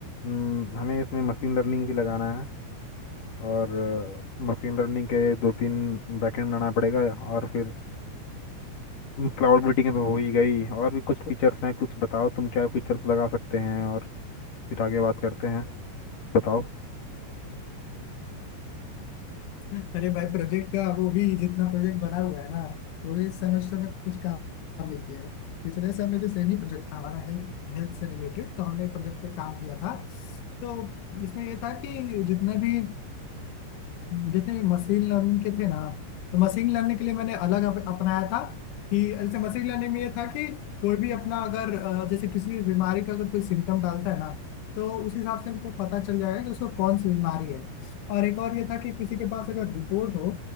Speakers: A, on the left (about 45°); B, on the left (about 80°).
A: हम्म, हमें इसमें मशीन लर्निंग भी लगाना है और मशीन लर्निंग के दो तीन बैकएंड बनाना पड़ेगा और फिर क्लाउड मीटिंग तो हो ही गई और भी कुछ फीचर्स हैं कुछ बताओ तुम क्या फीचर्स लगा सकते हैं और फिर आगे बात करते हैं बताओ
B: अरे भाई प्रोजेक्ट का वो भी जितना प्रोजेक्ट बना हुआ है ना वो इस सेमेस्टर में कुछ काम नहीं किया है पिछले समय में भी सेम ही प्रोजेक्ट था हमारा हेल्थ हेल्थ से रिलेटेड तो हमने प्रोजेक्ट पे काम किया था तो इसमें ये था कि जितने भी अ, जितने भी मशीन लर्निंग के थे ना तो मशीन लर्निंग के लिए मैंने अलग अप, अपनाया था कि जैसे मशीन लर्निंग में ये था कि कोई भी अपना अगर अ, जैसे किसी भी बीमारी का अगर कोई सिम्टम डालता है ना तो उस हिसाब से हमको पता चल जाएगा कि उसको कौन सी बीमारी है और एक और ये था कि किसी के पास अगर रिपोर्ट हो